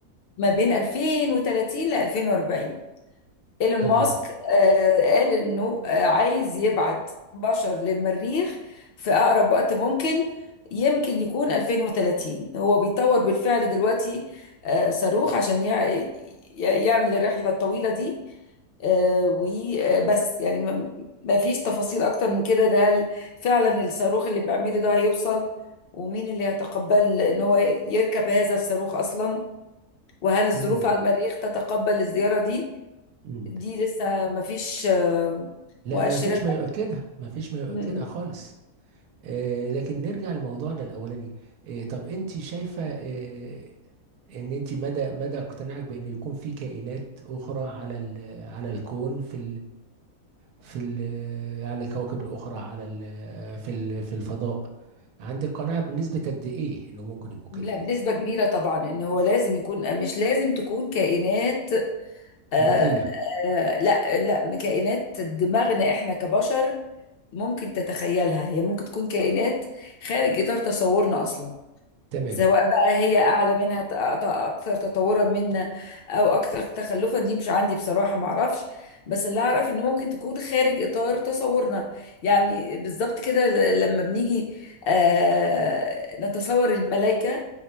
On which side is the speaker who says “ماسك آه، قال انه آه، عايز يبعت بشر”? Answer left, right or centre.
Left